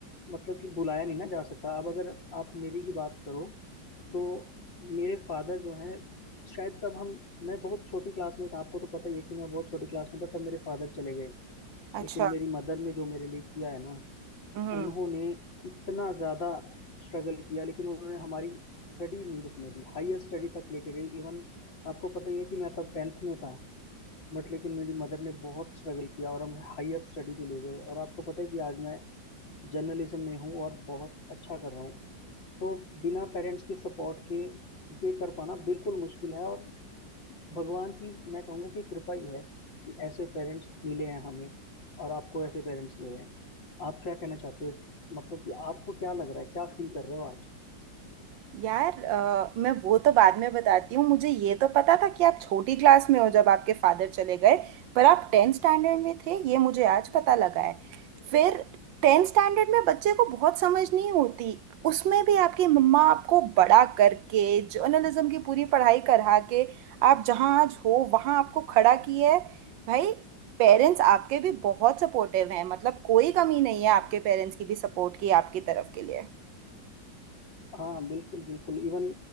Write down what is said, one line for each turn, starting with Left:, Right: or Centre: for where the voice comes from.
Left: मतलब कि बुलाया नहीं ना जा सकता अब अगर आप मेरी ही बात करो तो मेरे फादर जो हैं शायद तब हम मैं बहुत छोटी क्लास में था आपको तो पता ही है कि मैं बहुत छोटी क्लास में था तब मेरे फादर चले गए
Right: अच्छा
Left: लेकिन मेरी मदर ने जो मेरे लिए किया है ना
Right: हम्म
Left: उन्होंने इतना ज़्यादा स्ट्रगल किया लेकिन उन्होंने हमारी स्टडी नहीं रुकने दी हायर स्टडी तक लेके गई इवन आपको पता ही है कि मैं तब टेंथ में था बट लेकिन मेरी मदर ने बहुत स्ट्रगल किया और हम हायर स्टडी पे ले गए और आपको पता है कि आज मैं जर्नलिज्म में हूँ और बहुत अच्छा कर रहा हूँ तो बिना पेरेंट्स के सपोर्ट के ये कर पाना बिल्कुल मुश्किल है और भगवान की मैं कहूँगा कि कृपा ही है कि ऐसे पेरेंट्स मिले हैं हमें और आपको ऐसे पेरेंट्स मिले हैं आप क्या कहना चाहते हो इस- मतलब कि आपको क्या लग रहा है क्या फील कर रहे हो आज
Right: यार अ, मैं वो तो बाद में बताती हूँ मुझे ये तो पता था कि आप छोटी क्लास में हो जब आपके फादर चले गए पर आप टेंथ स्टैंडर्ड में थे ये मुझे आज पता लगा है फिर टेंथ स्टैंडर्ड में बच्चे को बहुत समझ नहीं होती उसमें भी आपकी मम्मा आपको बड़ा करके जर्नलिज्म की पूरी पढ़ाई करा के आप जहाँ आज हो वहाँ आपको खड़ा किया है भाई पेरेंट्स आपके भी बहुत सपोर्टिव हैं मतलब कोई कमी नहीं है आपके पेरेंट्स की भी सपोर्ट की आपकी तरफ के लिए
Left: हाँ बिल्कुल बिल्कुल इवन